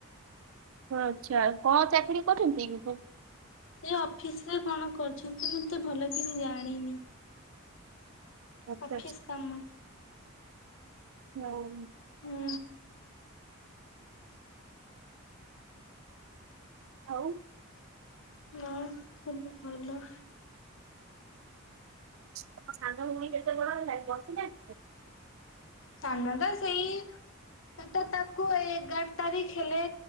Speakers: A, on the right (about 70°); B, on the left (about 60°).
A: ଆଚ୍ଛା କଣ ଚାକିରି କରୁଛନ୍ତି କି ସେ?
B: ସେ ଅଫିସ ରେ କଣ କରୁଛନ୍ତି, ମୁଁ ଏତେ ଭଲ କିନି ଜାଣିନି?
A: ଆଚ୍ଛା
B: ଅଫିସ୍ କାମ।
A: ହଁ।
B: ହୁଁ।
A: ଆଉ।
B: ହୁଁ ସବୁ ଭଲ।
A: ତମ ସାଙ୍ଗ ଭୂମି କେତେ ବଡ ହେଲାଣି ବସିିଲାଣି?
B: ସାନ ଟା ସେଇ ସେଟା ତାକୁ ଏଗାର ତାରିଖ ହେଲେ